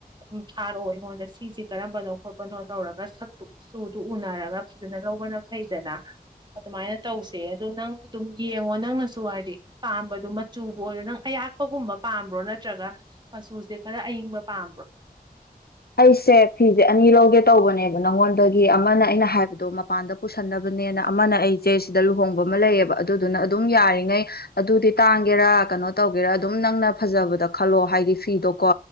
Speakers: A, on the right (about 30°); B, on the left (about 85°).
A: ꯎꯝ ꯊꯥꯔꯑꯣ ꯑꯩꯉꯣꯟꯗ ꯁꯤꯁꯤ ꯀꯔꯝꯕꯅꯣ ꯈꯣꯠꯄꯅꯣ ꯇꯧꯔꯒ ꯁꯛꯇꯨ ꯆꯨ ꯇꯨ ꯎꯅꯔꯒ ꯐꯖꯅ ꯂꯧꯕꯅ ꯐꯩꯗꯅ ꯑꯗꯨꯃꯥꯏꯅ ꯇꯧꯁꯦ ꯑꯗꯨ ꯅꯪ ꯑꯗꯨꯝ ꯌꯦꯡꯉꯣ ꯅꯪꯅꯁꯨ ꯍꯥꯏꯗꯤ ꯄꯥꯝꯕꯗꯨ ꯃꯆꯨꯕꯨ ꯑꯣꯏꯔꯣ ꯅꯪ ꯑꯌꯥꯛꯄꯒꯨꯝꯕ ꯄꯥꯝꯕ꯭ꯔꯣ ꯅꯠꯇ꯭ꯔꯒ ꯃꯆꯨꯁꯦ ꯈꯔ ꯑꯏꯪꯕ ꯄꯥꯝꯕ꯭ꯔꯣ
B: ꯑꯩꯁꯦ ꯐꯤꯖꯦ ꯑꯅꯤ ꯂꯧꯒꯦ ꯇꯧꯕꯅꯦꯕ ꯅꯪꯉꯣꯟꯗꯒꯤ ꯑꯃꯅ ꯑꯩꯅ ꯍꯥꯏꯕꯗꯣ ꯃꯄꯥꯟꯗ ꯄꯨꯁꯟꯅꯕꯅꯦꯅ ꯑꯃꯅ ꯑꯩꯖꯦ ꯁꯤꯗ ꯂꯨꯍꯣꯡꯕ ꯑꯃ ꯂꯩꯌꯦꯕ ꯑꯗꯨꯗꯨꯅ ꯑꯗꯨꯝ ꯌꯥꯔꯤꯉꯩ ꯑꯗꯨꯗꯤ ꯇꯥꯡꯒꯦꯔꯥ ꯀꯅꯣ ꯇꯧꯒꯦꯔꯥ ꯑꯗꯨꯝ ꯅꯪꯅ ꯐꯖꯕꯗ ꯈꯜꯂꯣ ꯍꯥꯏꯗꯤ ꯐꯤꯗꯣꯀꯣ